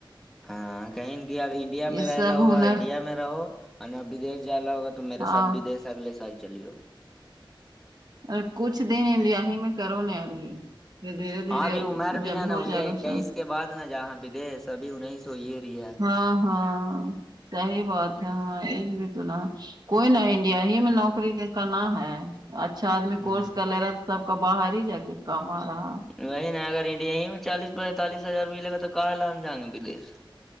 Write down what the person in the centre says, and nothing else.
ہاں کہیں انڈیا اگر انڈیا
میں
رہ نا ہوگا
انڈیا میں رہو بدیش جانا ہوگا تو میرے
ساتھ بدش اگلے سال چلی ہو
ہاں ابھی عمر بھی
نہ
نہ ہوئی
ہے
اکیس
کے بعد نہ جاے بدیش ابھی انیس سویے ہوئی ہی رہی ہے
ہ
وہی نہیں اگر انڈیا ہی میں چالیس پینتالس ہزار ملے گا تو کہے ہم جائیں گے بدیش